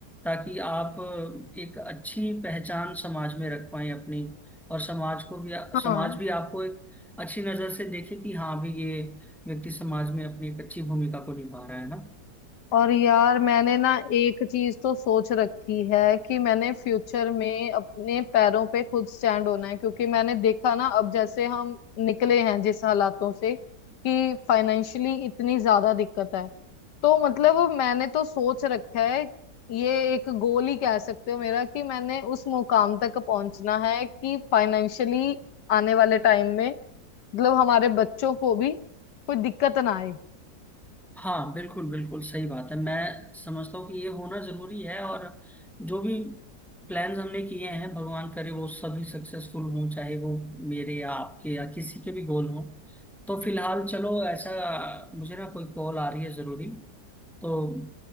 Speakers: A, in the centre; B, on the left.
A: ताकि आप अ, एक अच्छी पहचान समाज में रख पाए अपनी और समाज को भी
B: हाँ
A: समाज भी आपको एक अच्छी नजर से देखे कि हाँ भी ये व्यक्ति समाज में अपनी एक अच्छी भूमिका को निभा रहा है ना
B: और यार मैंने ना एक चीज तो सोच रखी है कि मैंने फ्यूचर में अपने पैरों पे खुद स्टैंड होना है क्योंकि मैंने देखा ना अब जैसे हम निकले हैं जिस हालातों से कि फाइनेंशियली इतनी ज्यादा दिक्कत है तो मतलब मैंने तो सोच रखा है ये एक गोल ही कह सकते हो मेरा कि मैंने उस मुकाम तक पहुंचना है कि फाइनेंशियली आने वाले टाइम में मतलब हमारे बच्चों को भी कोई दिक्कत ना आए
A: हाँ बिल्कुल बिल्कुल सही बात है मैं समझता हूँ कि ये होना जरूरी है और जो भी प्लान्स हमने किए हैं भगवान करे वो सभी सक्सेसफुल हों चाहे वो मेरे या आपके या किसी के भी गोल हों तो फिलहाल चलो ऐसा मुझे ना कोई कॉल आ रही है जरूरी तो